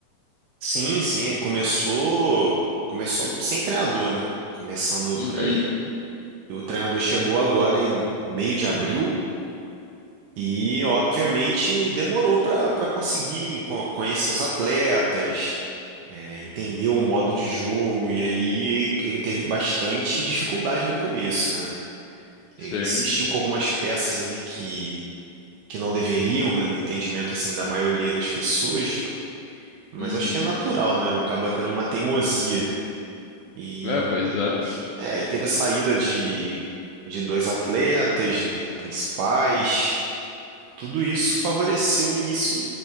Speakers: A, on the right (about 75°); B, on the left (about 80°).
A: Sim, sim, ele começou começou sem treinador, né? Começando
B: Uhum,
A: por aí. O treinador chegou agora em meio de abril e, obviamente, demorou para para conseguir enco- conhecer os atletas, é, entender o modo de jogo, e aí ele teve bastante dificuldade no começo, né? Ele
B: sim.
A: insistiu com algumas peças ali que, que não deveriam, né, no entendimento assim da maioria das pessoas, mas
B: Uhum.
A: acho que é natural, né? Acaba tendo uma teimosia. E,
B: É, pois é.
A: e- é, e teve a saída de, de dois atletas, né, principais. Tudo isso favoreceu o início